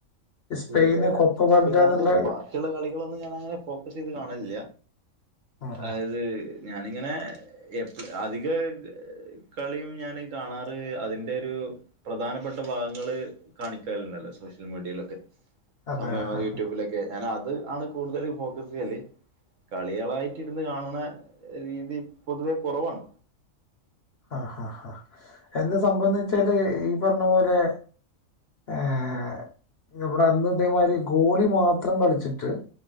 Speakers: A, on the left; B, on the right.
A: സ്പെയിന്
B: ഇല്ലല്ല ഇല്ല
A: കൊപ്പ വർഡ
B: ഇപ്പോ ഞാന്
A: എന്നുള്ള
B: ബാക്കി ബാക്കിയുള്ള കളികളൊന്നും ഞാനങ്ങനെ ഫോക്കസ് ചെയ്ത് കാണലില്ല
A: ആ, ആ,
B: അത് ഞാനിങ്ങനെ എപ്പോളും അധികം കളിയും ഞാന് കാണാറ് അതിന്റെ ഒരു പ്രധാനപ്പെട്ട ഭാഗങ്ങള് കാണിക്കലുണ്ടല്ലോ സോഷ്യൽ മീഡിയയിലൊക്കെ
A: അതെ
B: സമയമായി
A: ആ,
B: യൂട്യൂബിലൊക്കെ ഞാൻ അത് ആണ് കൂടുതല് ഫോക്കസ് ചെയ്യല് കളികളായിട്ട് ഇരുന്ന് കാണുന്ന രീതി പൊതുവെ കുറവാണ്
A: ആഹ് ആഹ് ആഹ് എന്താ സംഭവന്ന് വച്ചാല് ഈ പറഞ്ഞ പോലെ ഏഹ് ഇവിടെ അന്ന് ഇതേ മാതിരി ഗോളി മാത്രം കളിച്ചിട്ട്